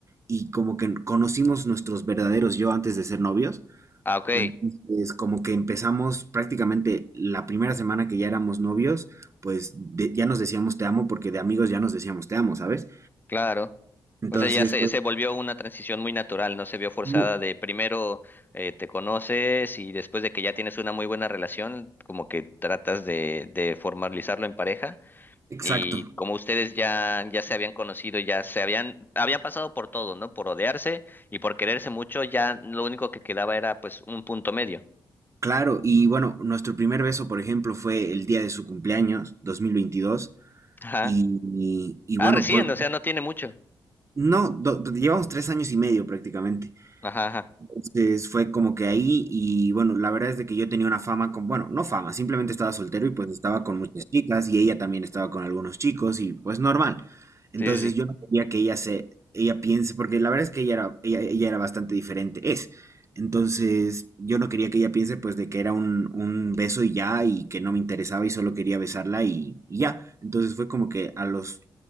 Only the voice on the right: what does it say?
y como que conocimos nuestros verdaderos yo antes de ser novios
entonces, como que empezamos prácticamente la primera semana que ya éramos novios, pues de- ya nos decíamos te amo porque de amigos ya nos decíamos te amo, ¿sabes?
Entonces,
pues,
mu-
exacto,
claro. Y bueno, nuestro primer beso, por ejemplo, fue el día de su cumpleaños, 2022.
Y, y, y
bueno,
pues,
no, do- do- llevamos tres años y medio prácticamente.
Entonces fue como que ahí y bueno, la verdad es de que yo tenía una fama con, bueno, no fama, simplemente estaba soltero y pues estaba con muchas chicas y ella también estaba con algunos chicos y pues normal. Entonces
yo no quería que ella se, ella piense, porque la verdad es que ella era, ella, ella era bastante diferente, es. Entonces yo no quería que ella piense pues de que era un, un beso y ya y que no me interesaba y solo quería besarla y, y ya. Entonces fue como que a los